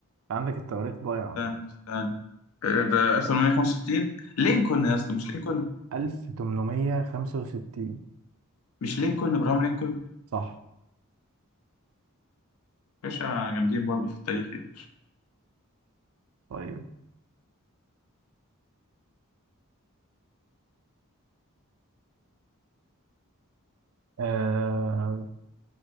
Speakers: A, on the right; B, on the left.
A: عندك التواريخ ضايعة عامة
B: استنى استنى آه. ده 1865 لينكولن يا اسطى مش لينكولن
A: 1865
B: مش لينكولن ابراهام لينكولن
A: صح
B: باشا جامدين برضه في التاريخ يا باشا
A: طيب آه